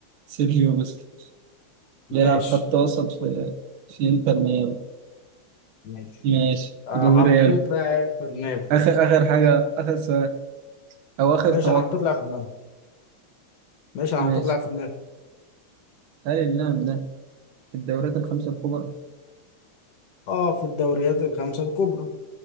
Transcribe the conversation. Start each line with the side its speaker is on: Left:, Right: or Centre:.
Right: سيرجيو بوسكيت بيلعب
Left: ماشي
Right: خط وسط في في انتر ميامي
Left: ماشي
Right: ماشي
Left: آه
Right: كده ريال
Left: حطيت لاعب في دماغي
Right: آخر آخر حاجة آخر سؤال أو آخر
Left: ماشي
Right: توقع
Left: انا حطيت لاعب في دماغي ماشي انا
Right: ماشي
Left: حطيت لاعب في دماغي
Right: هل اللاعب ده في الدوريات الخمسة الكبرى؟
Left: اه في الدوريات الخمسة الكبرى